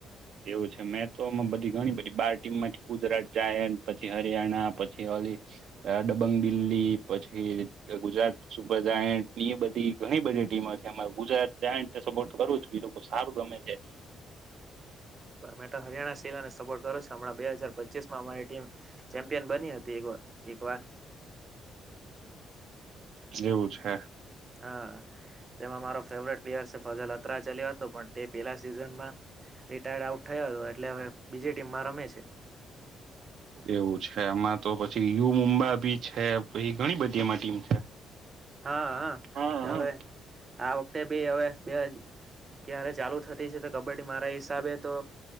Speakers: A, on the right (about 70°); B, on the right (about 35°).
A: એવું છે મેં તોમાં બધી ઘણી બધી બાર ટીમ માંથી ગુજરાત જાયન્ટ પછી હરિયાણા પછી ઓલી ડબંગ દિલ્હી પછી ગુજરાત સુપર જાયન્ટ એ બધી ઘણી બધી ટીમો છે ગુજરાત જયંતને સપોર્ટ કરવોએ લોકો સારું રમે છે.
B: મે હરિયાણા શલાને સપોર્ટ કરો છ, હમણાં બે હજાર પચીસ માં અમારી ટીમ ચેમ્પિયન બની હતી વાર.
A: જેવું છે
B: હા તેમાં મારો ફેવરેટ પ્લેયર છે ફજલ ચાલ્યો હતો પણ તે પેલા સિઝન માં રિટાયર્ડ આઉટ થયો હતો એટલે હવે બીજી ટીમ માં રમે છે
A: એવું છે એમાં તો પછી યુ મુંબા બી છે, પછી ઘણી બધી એમાં ટીમ છે
B: હા હા
A: હા હા
B: હવે આ વખતે બી હવે બે ક્યારે ચાલુ થતી છે કબડ્ડી મારા હિસાબે તો